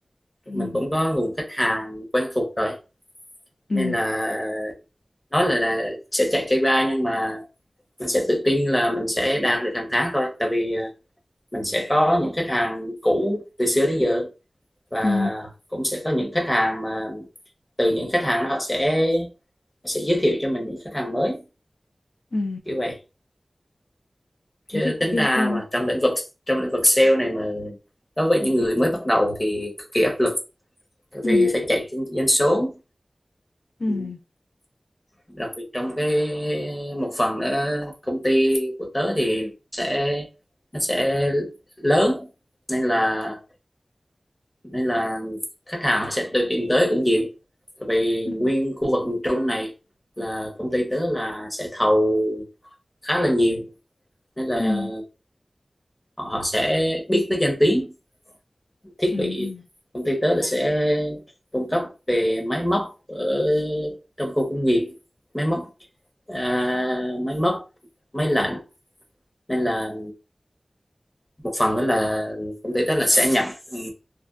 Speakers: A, on the left; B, on the left.
A: ừ
B: mình cũng có nguồn khách hàng quen thuộc rồi
A: ừ
B: nên là nói là, là sẽ chạy KPI nhưng mà mình sẽ tự tin là mình sẽ đạt được hàng tháng thôi tại vì ờ, mình sẽ có những khách hàng cũ từ xưa đến giờ và
A: ừ
B: cũng sẽ có những khách hàng mà từ những khách hàng đó họ sẽ sẽ giới thiệu cho mình những khách hàng mới
A: ừ
B: kiểu vậy chứ
A: thế thì cũng
B: tính
A: yên
B: ra
A: tâm
B: mà trong lĩnh vực trong lĩnh vực sale này mà đối với những người mới bắt đầu thì cực kỳ áp lực tại
A: ừ
B: vì phải chạy trên doanh số
A: ừ
B: Ừ. đặc biệt trong cái một phần nữa công ty của tớ thì sẽ nó sẽ lớn nên là nên là khách hàng họ sẽ tự tìm tới cũng nhiều Tại vì
A: ừ
B: nguyên khu vực miền Trung này là công ty tớ là sẽ thầu khá là nhiều nên là
A: ừ
B: họ, họ sẽ biết tới danh tiếng thiết
A: ừ Ừ.
B: bị công ty tớ là sẽ cung cấp về máy móc ở trong khu công nghiệp máy móc à, máy móc máy lạnh nên là một phần nữa là công ty tớ là sẽ nhập ừ,